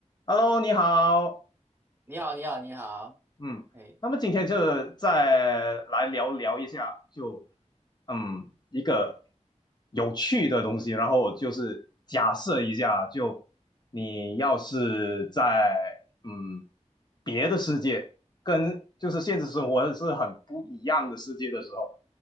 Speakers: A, on the left; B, on the right.
A: Hello，你好，
B: 你好，你好，你好，
A: 嗯，
B: 哎
A: 那么今天就再来聊聊一下，就嗯一个有趣的东西，然后就是假设一下，就你要是在嗯别的世界，跟就是现实生活是很不一样的世界的时候，